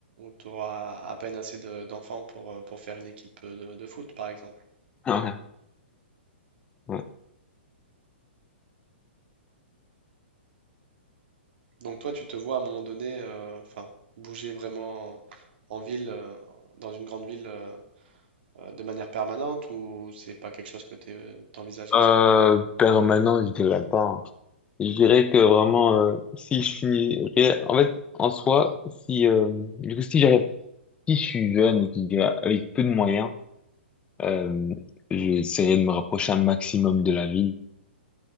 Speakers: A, on the right; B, on the left.
A: tu auras à peine assez de- d'enfants pour, euh, pour faire une équipe de, de foot, par exemple.
B: Ah Ouais, ouais.
A: Donc toi, tu te vois à un moment donné, euh, enfin, bouger vraiment en ville, euh, dans une grande ville. euh, euh, de manière permanente ou c'est pas quelque chose que tu t'envisages à
B: Euh,
A: ce moment?
B: permanent, je dirais pas. hein. Je dirais que vraiment, euh, si je finirais, en fait, en soi, si, euh, du coup, si j'arrive- si je suis jeune et que je dirais avec peu de moyens, euh, j'essaierai de me rapprocher un maximum de la ville,